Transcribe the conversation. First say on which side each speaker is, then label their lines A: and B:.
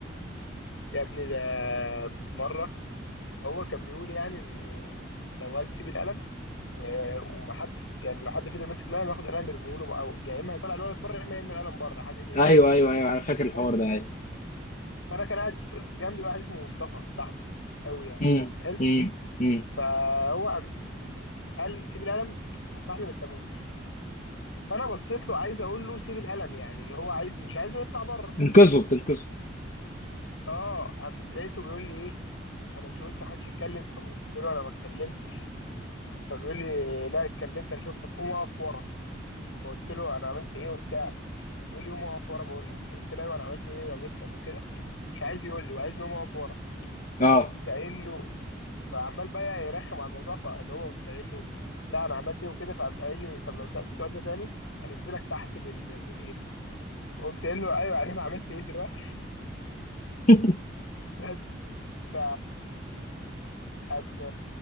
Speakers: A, on the left; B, on the left.
A: يا ابني ده مرة هو كان بيقول يعني إنه لو قال سيب القلم و- ومحدش يعني لو حد فضل ماسك القلم ياخد قلم يرميه له بقى أو- يا اما هيطلع الولد بره يا اما يرمي القلم بره حاجه كده
B: ايوه ايوه ايوه انا فاكر الحوار
A: فانا
B: ده ايوه
A: فأنا كان قاعد جنبي واحد اسمه مصطفى صاحبي قوي يعني
B: امم
A: حلو
B: امم امم
A: فهو قام قام قال لي سيب القلم فصاحبي ما سابوش فانا بصيت له عايز اقول له سيب القلم يعني اللي هو عايز مش عايزه يطلع بره
B: انقذه بتنقذه
A: اه قام لقيته بيقول لي ايه انا مش قلت محدش يتكلم فقلت له انا ما اتكلمتش فبيقول لي لا اتكلمت انا شفتك قوم اقف ورا فقلت له انا عملت ايه وبتاع بيقول لي قوم اقف ورا بقول لك قلت له ايوه انا عملت ايه يا مستر وكده مش عايز يقول لي وعايز نقوم اقف ورا
B: اه
A: فقمت قايل له فعمال بقى يرخم على الموضوع فاللي هو قمت قايل له لا انا عملت ايه وكده فقام قايل لي طب لو سالت السؤال ده تاني هنزلك تحت للمدير وقمت قايل له ايوه يعني انا عملت ايه دلوقتي <laughs>
B: <laughs>
A: بس ف قام